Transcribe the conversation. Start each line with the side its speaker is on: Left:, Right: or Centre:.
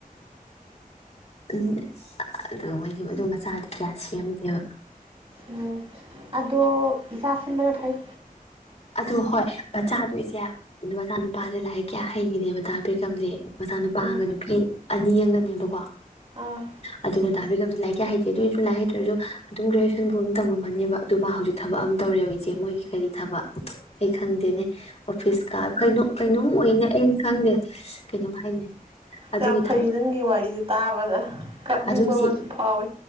Left: ꯎꯝ ꯑꯗꯨꯒ ꯃꯣꯏꯗꯤ ꯑꯗꯨ ꯃꯆꯥꯗꯤ ꯀꯌꯥ ꯁꯦꯝꯗꯦꯕ
Right: ꯎꯝ ꯑꯗꯣ ꯏꯆꯥ ꯁꯤꯟꯕꯅ ꯐꯩ
Left: ꯑꯗꯣ ꯍꯣꯏ ꯃꯆꯥꯗꯣꯏꯁꯦ ꯃꯆꯥꯅꯨꯄꯥꯁꯦ ꯂꯥꯏꯔꯤꯛ ꯀꯌꯥ ꯍꯩꯈꯤꯗꯦꯕ ꯗꯥꯥ ꯕꯤꯀꯝ ꯁꯦ ꯃꯆꯥꯅꯨꯄꯥꯒ
Right: ꯎꯝ
Left: ꯅꯨꯄꯤ ꯑꯅꯤ ꯑꯪꯒꯅꯦꯕꯀꯣ
Right: ꯑꯥ
Left: ꯑꯗꯨꯒ ꯗꯥꯕꯤꯀꯝꯁꯦ ꯂꯥꯏꯔꯤꯛ ꯀꯌꯥ ꯍꯩꯇꯦ ꯑꯗꯨꯏꯁꯨ ꯂꯥꯏꯔꯤꯛ ꯍꯩꯇ꯭ꯔꯁꯨ ꯑꯗꯨꯝ ꯒ꯭ꯔꯦꯖꯨꯋꯦꯁꯟꯕꯨꯥꯎ ꯑꯃ ꯇꯃꯝꯃꯅꯦꯕ ꯑꯗꯨ ꯃꯥ ꯍꯧꯖꯤꯛ ꯊꯕꯛ ꯑꯃꯝ ꯇꯧꯔꯦꯕ ꯏꯆꯦ ꯃꯣꯏꯒꯤ ꯀꯔꯤ ꯊꯕꯛ ꯑꯩ ꯈꯪꯗꯦꯅꯦ ꯑꯣꯐꯤꯁꯀ ꯀꯩꯅ ꯀꯩꯅꯣꯝꯅꯦ ꯑꯩꯅ ꯈꯪꯗꯦ ꯀꯩꯅꯣꯝ ꯍꯥꯏꯅꯦ ꯑꯗꯨꯒꯤ
Right: ꯌꯥꯝ ꯐꯩꯌꯦ
Left: ꯊꯕꯛ
Right: ꯅꯪꯒꯤ ꯋꯥꯔꯤꯁꯦ ꯇꯥꯕꯗ ꯀꯞꯅꯤꯡꯕ
Left: ꯑꯗꯨꯒꯤꯆꯦ
Right: ꯑꯃꯁꯨ ꯐꯥꯎꯋꯤ